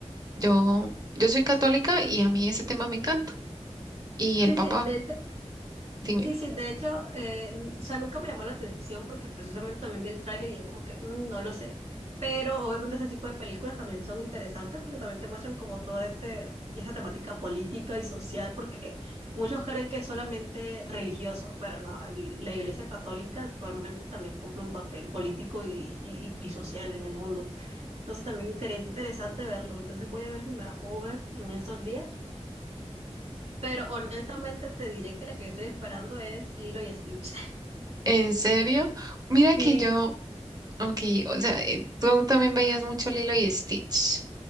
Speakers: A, on the right; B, on the right.
A: Yo, yo soy católica y a mí ese tema me encanta. Y el
B: Sí,
A: papá,
B: sí, de hecho,
A: dime,
B: Sí, sí, de hecho, eh, n- o sea, nunca me llamó la atención porque precisamente también vi el tráiler y yo como que "Mm, no lo sé. Pero obviamente ese tipo de películas también son interesantes porque también te muestran como toda este, esta temática política y social porque muchos creen que es solamente religioso, pero no, el- la Iglesia Católica actualmente también cumple un papel político y, y, y social en el mundo. Entonces también sería interesante verlo. Entonces voy a ver si me la puedo ver en estos días. Pero honestamente te diré que la que yo estoy esperando es Lilo y Stitch.
A: ¿en serio? Mira
B: Sí,
A: que yo,
B: sí,
A: ok, o sea, eh, tú también veías mucho Lilo y Stitch.